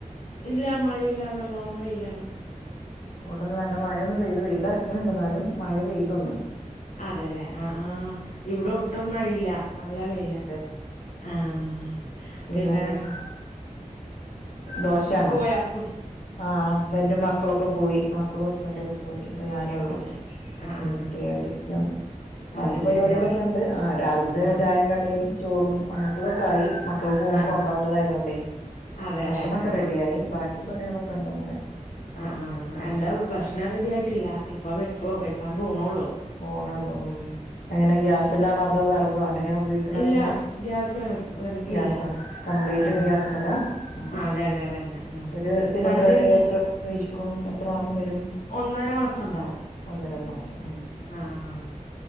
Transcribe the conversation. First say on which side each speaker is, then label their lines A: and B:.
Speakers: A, on the left; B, on the left.
A: ഇല്ല മഴയില്ല നല്ലോണം വെയ്ലാണ്
B: ആഹ് ഇവടന്ന് നല്ല മഴൊന്ന് പെയ്തു വെയിലറക്ക്ണ് ണ്ട് ഇന്നാലും മഴ പെയ്തു ഒന്ന്
A: അതേലെ ആഹ് ആഹ് ഇവടെ ഒട്ടും മഴയില്ല നല്ല വെയ്ല
B: മഴ
A: ആഹ്
B: പിന്നെന്തൊക്കെ
A: പിന്നെ
B: ദോശ്യാണൊ
A: ലാസ്കുൾ
B: ആഹ് ഹസ്ബന്റും മക്കളൊക്കെ പോയി മക്കളും ഹസ്ബന്റൊക്ക പോയി ഇപ്പൊ ഞാനേ ഒള്ളു
A: ഒറ്റ ആ
B: ഉം
A: ആ
B: ഫ്രീ ആയിട്ട് ഇരിക്കാണ് ബാക്കി
A: അതെല്ലേ
B: പരിപാട്യേളക്കണ്ട്
A: ഞാ
B: ആഹ് രാവില്ത്തെ
A: ആ
B: ചായിം കടിം. ചോറും അങ്ങൻതതൊക്കായി മക്കള് പോവുമ്പൊ
A: ആ
B: കൊണ്ടോ
A: ആ
B: ണ്ടതായതോണ്ടേയ്.
A: അതെല്ലേ
B: ഭഷണൊക്ക
A: ആ
B: റെഡ്യായി ബാക്കി പണീളൊക്കണ്ട് അങ്ങനെ.
A: ആഹ് ആഹ് എന്റെ ഭഷ്ണം റെഡായിട്ടില്ല ഇപ്പ വെക്കു വെക്കാൻ പോണൊള്ളു
B: ഓണൊള്ളു ഉം എങ്ങനെ ഗ്യാസ് ലാണൊ അതോ വെറഗൊ എങ്ങനെ ഉപയോഗിക്ക്ണെന്താ
A: ഇല്ല ഗ്യാസാണ് വിറകില്ല
B: ഗ്യാസാണ് കംപ്ലീറ്റ്
A: ആ
B: ഗ്യാസമ്മ്ല ഉം.
A: അതന്നെ അതന്നെ ആ
B: ഒര് സിലിണ്ട്ര്
A: പണ്ടിണ്ട്
B: എത്ര ഇരിക്കും എത്ര മാസം വരും.
A: ഒന്നര മാസം ഉണ്ടാവും
B: ഒന്നര മാസമാണ്.
A: ആഹ് ആഹ്